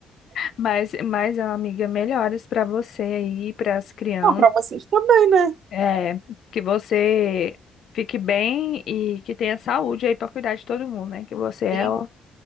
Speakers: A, on the left; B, on the right.
A: Mas, mas amiga, melhoras pra você aí, para as crianças.
B: Bom, pra vocês também, né?
A: É, que você fique bem e que tenha saúde aí para cuidar de todo mundo, né? Que você é
B: E
A: o,